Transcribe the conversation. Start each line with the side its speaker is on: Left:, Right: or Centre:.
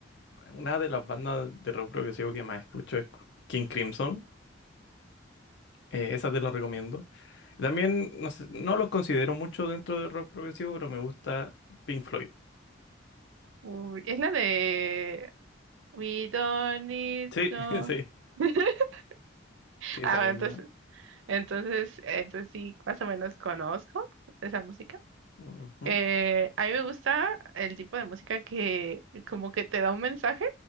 Left: Una de las bandas de rock progresivo que más escucho es King Crimson. eh, esa te la recomiendo. También no sé, no los considero mucho dentro de rock progresivo, pero me gusta Pink Floyd.
Right: Uy, es la de We don't need
Left: Sí,
Right: no.
Left: <laughs> sí,
Right: <laughs>
Left: sí, esa
Right: Ah,
Left: misma.
Right: bueno, entonces, entonces, entonces sí, más o menos conozco esa música.
Left: Ujú,
Right: Eh, a mí me gusta el tipo de música que como que te da un mensaje.